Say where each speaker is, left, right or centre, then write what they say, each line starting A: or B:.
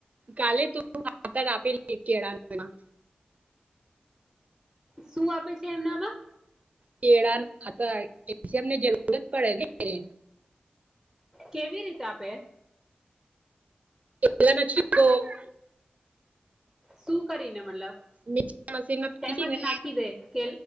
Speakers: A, on the right; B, in the centre.
A: કાલે તું હત <inaudible> આપેલી <inaudible> ખડામાં
B: શું આપે છે એમનામાં?
A: કેળાના ખાતર એ અમને જરૂર જ પડે ને
B: કેવી રીતે આપે??
A: એલા નછી <inaudible> <unintelligible>
B: શું કરીને મતલબ?
A: મિક્ર મશીનને
B: તેમજ નાખી દે કે